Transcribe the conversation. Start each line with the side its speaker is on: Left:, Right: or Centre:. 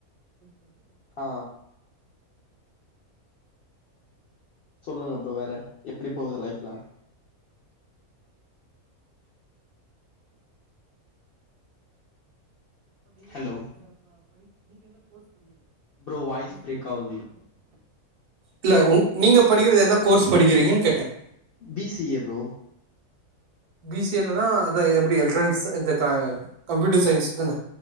Right: பண்ணி நமக்கு
Left: ஆ
Right: சேலரி
Left: சொல்லுங்க ஃப்ரோ வேற எப்டி போகுது லைஃப்லா
Right: நீங்க
Left: ஹலோ
Right: படி நீங்க என்ன கோர்ஸ் படிக்கிறீங்க
Left: bro voice
Right: B
Left: பிரேக்காவுது
Right: C A ன்றீங்களா? இல்ல நீங்க படிக்கறது என்ன கோர்ஸ் படிக்கிறீங்கன்னு கேட்டேன்
Left: B C A bro
Right: B C A லனா அத எப்டி எலக்ட்ரானிக்ஸ் இந்த கம்ப்யூட்டர் சயின்ஸ் தான